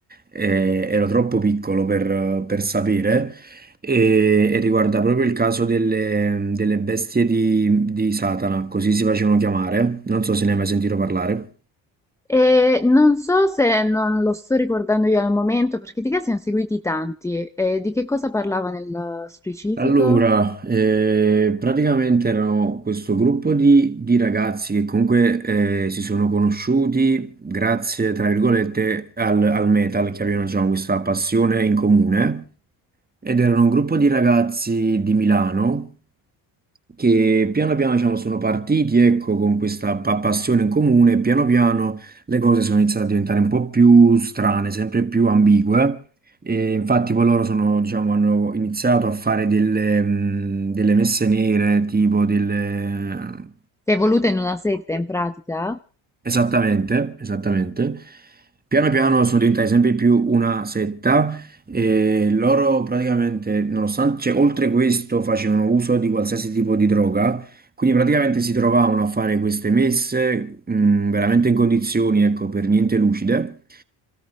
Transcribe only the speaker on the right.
eh, ero troppo piccolo per, per sapere, e, e riguarda proprio il caso delle, delle bestie di, di Satana, così si facevano chiamare, non so se ne hai mai sentito parlare.
Allora, eh, praticamente erano questo gruppo di, di ragazzi che comunque eh, si sono conosciuti grazie, tra virgolette, al, al metal, che avevano diciamo, questa passione in comune, ed erano un gruppo di ragazzi di Milano che piano piano diciamo, sono partiti ecco, con questa pa- passione in comune, piano piano le cose sono iniziate a diventare un po' più strane, sempre più ambigue. E infatti poi loro sono, diciamo, hanno iniziato a fare delle, mh, delle messe nere, tipo delle...
Esattamente, esattamente. Piano piano sono diventate sempre più una setta e loro praticamente, nonostante, cioè, oltre questo, facevano uso di qualsiasi tipo di droga, quindi praticamente si trovavano a fare queste messe, mh, veramente in condizioni, ecco, per niente lucide.